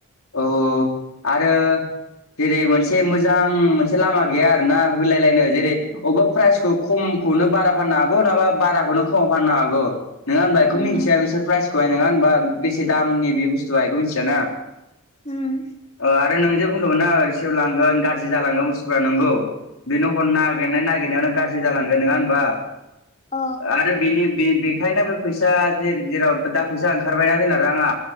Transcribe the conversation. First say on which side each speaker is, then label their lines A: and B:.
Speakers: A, on the left; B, on the left.
A: औ आरो जेरै मोनसे मोजां मोनसे लामा गैया आरोना होलायलायनो जेरै अबेबा प्राइसखौ खम खौनो बारा फाननो हागौबा नङाबा बाराखौनो खमाव फाननो हागौ नङा होनबा बेखौ
B: होम
A: मिन्थिया बिसोर प्राइसखौहाय नङा होनबा बेसे दामनि बे बुस्थुआ बेखौ मिथियाना?
B: होम
A: आरो नोंजों बुंदोंमोनना सेवलांगोन गाज्रि जालांगोन बुस्थुफ्रा नोंगौ बे हरनो नागिरनाय नागिरनायावनो गाज्रि जालांगोन नङा हबा
B: अ
A: आरो बिनि बे बेखायनो बे फैसा जेराव दा फैसा ओंखारबायना जोंना राङा